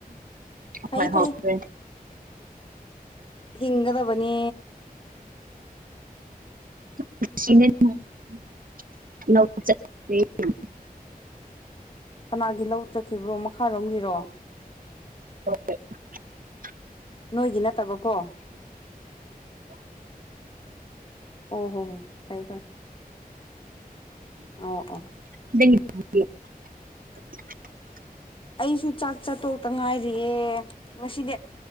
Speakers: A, on the left (about 35°); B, on the right (about 65°).
A: ꯐꯩ
B: ꯍꯣꯏ
A: ꯐꯩ
B: ꯍꯧꯈ꯭ꯔꯦ
A: ꯍꯤꯡꯒꯗꯕꯅꯤ
B: <unintelligible>
A: ꯀꯅꯥꯒꯤ ꯂꯧ ꯆꯠꯈꯤꯕ꯭ꯔꯣ ꯃꯈꯥꯔꯣꯝꯒꯤꯔꯣ
B: <unintelligible>
A: ꯅꯣꯏꯒꯤ ꯅꯠꯇꯕꯀꯣ ꯑꯣ ꯍꯣ ꯍꯣ ꯐꯩ ꯐꯩ ꯑꯣ ꯑꯣ
B: <unintelligible>
A: ꯑꯩꯁꯨ ꯆꯥꯛ ꯆꯥꯇꯣꯛꯇ ꯉꯥꯏꯔꯤꯌꯦ ꯉꯁꯤꯗꯤ